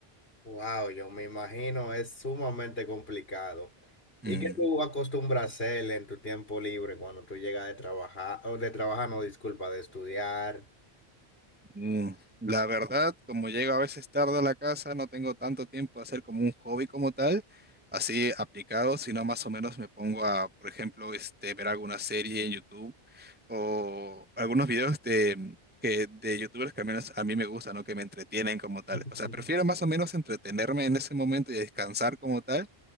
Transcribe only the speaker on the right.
Mm.
Mm, La verdad, como llego a veces tarde a la casa, no tengo tanto tiempo a hacer como un hobby como tal, así aplicado, sino más o menos me pongo a, por ejemplo, este, ver alguna serie en YouTube o algunos videos de, mm, que, de YouTubers que al menos a mí me gustan, ¿no? Que me entretienen como tal.
O sea, prefiero más o menos entretenerme en ese momento y descansar como tal